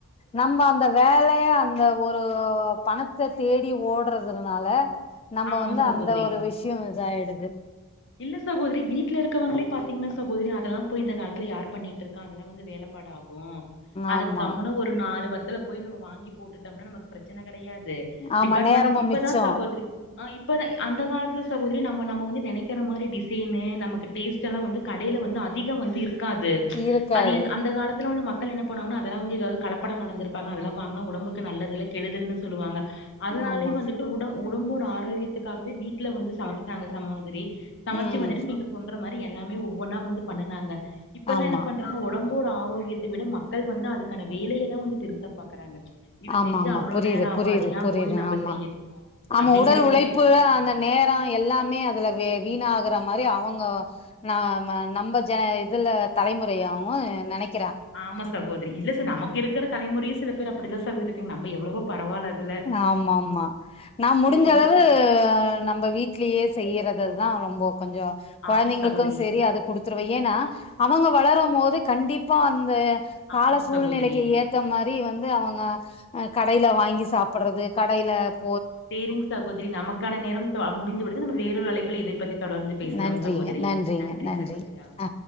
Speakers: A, on the left (about 25°); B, on the left (about 55°).
A: நம்ம அந்த வேலைய அந்த ஒரு பணத்தை தேடி ஓடுறதுனால. நம்ம
B: ஆமா
A: வந்து
B: சகோதரி
A: அந்த ஒரு விஷயோ இதாயிடுது
B: இல்ல சகோதரி, வீட்டுல இருக்கவங்களே பாத்தீங்கன்னா சகோதரி, அதெல்லா போய் இந்த காலத்து யார் பண்ணிட்டு இருக்கா அதெல்லா வந்து வேலைப்பாடா கும் அதுக்கு
A: ஆமா
B: கமுன்னு ஒரு நாலு பத் இதல போய் நம்ம வாங்கி போட்டுட்டம்னா நமக்கு பிரச்சனை கிடையாது.
A: ஆமா
B: து டிபார்மென்ட்ஸ்.
A: நேரமும்
B: இப்பதா
A: மிச்சம்
B: சகோதரி, ஆஹா இப்பதா அந்த காலத்துல. சகோதரி நம்ம நம வந்து நெனைக்த இருக்கிற மாரி டிசைனு நமக்கு டேஸ்ட் எல்லா வந்து கடையில வந்து அதிக வந்து இருக் இருக்காது.
A: இருக்காது
B: அது என் அந்த காலத்துல வந் மக்க மக்கள் என்பணுவங்கான ஆதாவது ஏதாவது கலப்படம் கலந்துருபங்க அதெல்லா வாங்குனா ஒடம்புக்கு நல்லதுல்ல கெடுதல்ன்னு சொல்லுவாங்க. அதனாலேயே
A: ஆமா
B: வந்துட்டு உடம். உடம்போட ஆரோக்கியத்துக்காகவே வீட்டல வந்து சாப் நங்க சமோதிரி சமச்சு
A: ம்
B: வந்துட்டு நீங்க சொல்ற மாரி து எல்லாமே ஒவ்வொன்னா வந்து பண்ணுனாங்க இப்பெல்லா
A: ஆமா
B: என்ன பண்றாங்க ஒடம்போட ஆ ரோக்யத்த விட மக்கள் வந்து அதுக்கான வேலைய தா வந்து பெருசா பாக்குறாங்க இது
A: ஆமா
B: செஞ்சா
A: ஆமா
B: அவ்ளோ
A: புரியுது
B: நேரம் ஆகும்.
A: புரியுது
B: அத ஏன்
A: புரியுது
B: போய் நம்ம
A: ஆமா
B: செய்யணும்
A: ஆமா
B: அப்டிங்கிற
A: உடல்
B: மாரி
A: உழைப்பு
B: ஆயிருச்சு சகோதரி.
A: அந்த நேர எல்லாமே அதுலவே வீணாகுற மாரி அவங்க நாம நம்ப ஜ இதுல தலைமுறையாவு நெனைக்
B: ஆமா சகோத்ரி இல்ல சார் நமக்கு இருக்குற தலைமுறையு சில பேர் அப்டிதா சகோதரி இருக்காங்க. நம்ம எவ்வளவோ பரவால்ல அதுல.
A: ஆமா ஆமா நா முடிஞ்ச
B: சேரிங்க
A: அளவு
B: சகோ
A: நம்ப வீட்லயே செய்யிறது நா ரொம்போ கொஞ்ச கொழந்தைங்களுக்கும்
B: ஆமா சகோதரி.
A: சேரி அத குடுத்துருவே ஏனா அவங்க வளரும் மோது கண்டிப்பா அந்த கால
B: ஆமா
A: சூழ்நிலைக்கு
B: சகோதரி.
A: ஏத்த மாரி வந்து அவங்க அஹ் கடைல வாங்கி சாப்பிட்றது கடைல
B: சேரிங் சகோதரி நமக்கான நேரம் தொ ஆஹ் முடிந்து விடு து நம்ம வேறொரு ஆழைப்பிலே இதை பகிர் தொடர்ந்து பேசலாம்
A: நன்றிங்க
B: சகோதரி
A: நன்றிங்க
B: நன்றி சகோதரி ஆஹ்
A: ஆ